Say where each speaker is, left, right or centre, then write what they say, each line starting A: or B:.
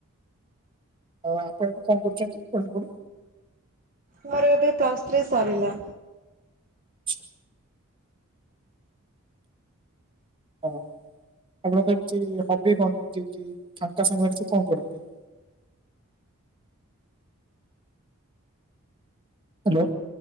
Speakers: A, on the right (about 25°); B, on the right (about 40°).
A: ଆଉ ଆପଣ ଏବେ କଣ କରୁଛନ୍ତି ପଢ଼ା ପଢ଼ି
B: ମୋର ଏବେ ପ୍ଲସ୍ ଥ୍ରୀ ସରିଲା।
A: ଆଛା ହଉ ଆପଣଙ୍କ ଏମତି ହବି କଣ ମତି ଫାଙ୍କା ସାଙ୍ଗରେ ସବୁ କଣ କରନ୍ତି ହ୍ୟାଲୋ